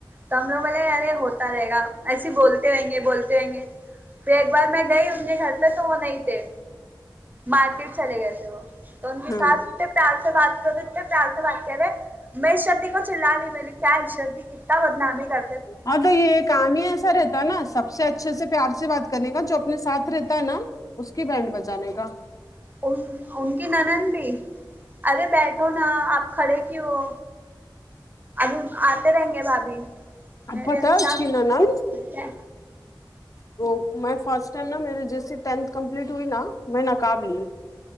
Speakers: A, on the right (about 20°); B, on the left (about 45°).
A: تو ہم لوگ بولے یارے ہوتا رہے گا ایسے ہی بولتے ہوئیں گے بولتے ہوئیں گے پھر ایک بار میں گئی ان کے گھر پہ تو وہ نہیں تے مارکیٹ چلے گئے تھے وہ تو ان کی
B: ہاں
A: ساس ٹپ پیار سے بات کرو تو اتنے پیار سے بات کر رہے میں عشرت دی کو چلا دی کیا عشرت دی کیتا بدنامی کر
B: ہاں تو یہ کام ہی ہے سر ہے نا سب سے اچھے سے پیار سے بات کرنے کا جو اپنے ساتھ رہتا ہے نا اس کی بانڈ بجانے کا
A: ان ان کی نند بھی ارے بیھ تو نا آپ کھڑے کیوں ہو ابھی آتے رہیں گے بھابھی میں
B: اب پتا
A: بھی اچھا
B: ہے اس کی نند
A: بیٹے
B: وہ میں فرسٹ ٹائم نا میرے جیسے ٹینتھ کمپلیٹ ہوئی نا میں نقاب لی